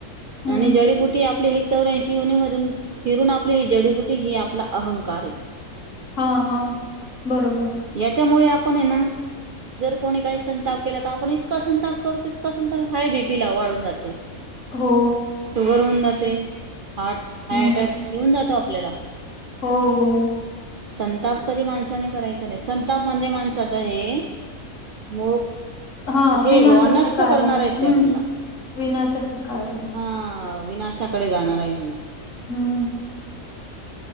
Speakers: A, on the left; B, on the right.
A: हं.
B: आणि जडीबुटी आप आपले ह चौऱ्यांशी युनी मधून फिरून आपली ही जडीबुटी ही आपला अहंकार आहे
A: हा, हा बरोबर
B: याच्यामुळे आपण हे ना जर कोणी काही संताप केला तर आपण इतका संताप करतो इतका संताप हाय बीपी ला वाढून जाते <inaudible>
A: हो
B: शुगर होऊन जाते हार्ट हा
A: हं.
B: अटॅक येऊन जातो आपल्याला
A: हो, हो
B: संताप कधी माणसाने करायचा नाही संताप म्हणजे माणसाचा हे मूळ
A: हां,
B: हे
A: विनाशाचं
B: ब नष्ट
A: कारण.
B: करणार ते
A: हं,
B: आपल्याला
A: विनाशाचं कारण
B: हा, विनाशाकडे जाणार आहे हे.
A: हम्म.